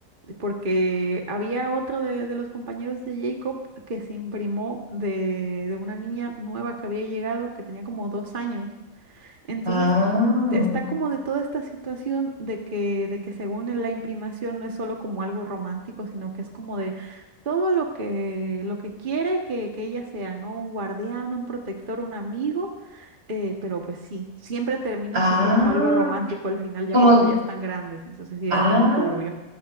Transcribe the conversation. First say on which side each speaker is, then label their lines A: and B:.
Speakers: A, on the right; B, on the right.
A: porque había otro de, de los compañeros de Jacob que se imprimó de, de una niña nueva que había llegado, que tenía como dos años. Entonces,
B: ah,
A: está como de toda esta situación de que, de que según en la imprimación no es solo como algo romántico, sino que es como de todo lo que, lo que quiere que, que ella sea, ¿no? Un guardián, un protector, un amigo, eh, pero pues sí, siempre termina
B: ah.
A: siendo como algo romántico al final, ya
B: Como,
A: cuando ya están grandes, entonces sigue
B: Ah,
A: siendo turbio.